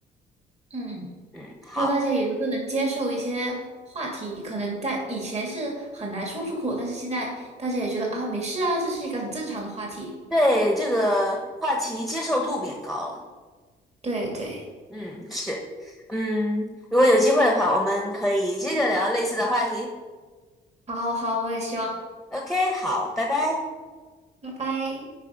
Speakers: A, on the right; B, in the centre.
A: 嗯，
B: 嗯，好，
A: 就大家也都更能接受一些话题，可能在以前是很难说出口，但是现在大家也觉得啊，没事啊，这是一个很正常的话题。
B: 对这个话题接受度变高了。
A: 对对，
B: 嗯，是，嗯，如果有机会的话，我们可以接着聊类似的话题。
A: 好好，我也希望，
B: OK，好，拜拜。
A: 拜拜。